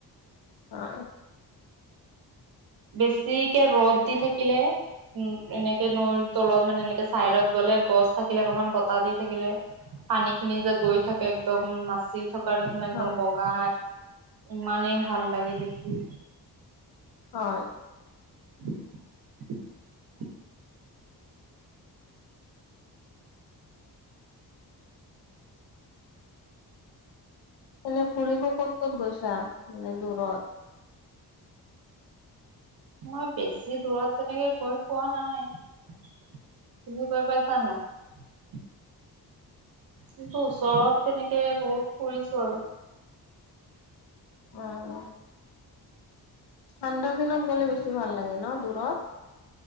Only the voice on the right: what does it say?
বেছিকে ৰ'দ দি থাকিলে। উম এনেকে নৈ তলত মানে এনেকে চাইত গ'লে। গছ থাকিলে অকণমান বতাহ দি থাকিলে পানী খিনি যে গৈ থাকে একদম নাচি থ কাৰ নিচিনা একদম
বগা ইমানেই ভাল লাগে দেখি
<unintelligible>
মই বেছি দূৰত তেনেকে গৈ পোৱা নাই, তুমি গৈ পাইছান নাই? কিন্তু ওচৰত তেনেকে বহুত ফুৰিছো আৰু।